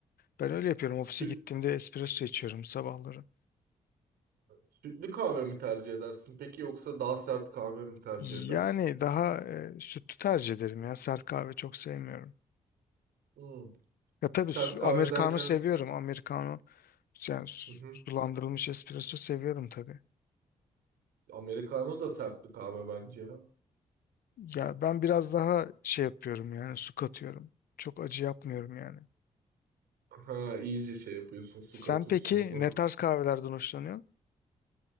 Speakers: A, on the left (about 70°); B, on the right (about 80°).
A: Ben öyle yapıyorum. Ofise
B: Süt,
A: gittiğimde espresso içiyorum sabahları.
B: sütlü kahve mi tercih edersin peki yoksa daha sert kahve mi tercih
A: Yani
B: edersin?
A: daha e, sütlü tercih ederim ya. Sert kahve çok sevmiyorum.
B: Hmm.
A: Ya tabii
B: Sert
A: su-
B: kahve
A: Americano
B: derken
A: seviyorum. Americano yani su-
B: hı hı.
A: sulandırılmış espresso seviyorum tabii.
B: Americano da sert bir kahve bence ya.
A: Ya ben biraz daha şey yapıyorum yani su katıyorum. Çok acı yapmıyorum yani.
B: Ha iyice şey yapıyorsun, su
A: Sen
B: katıyorsun
A: peki
B: o zaman.
A: ne tarz kahvelerden hoşlanıyorsun?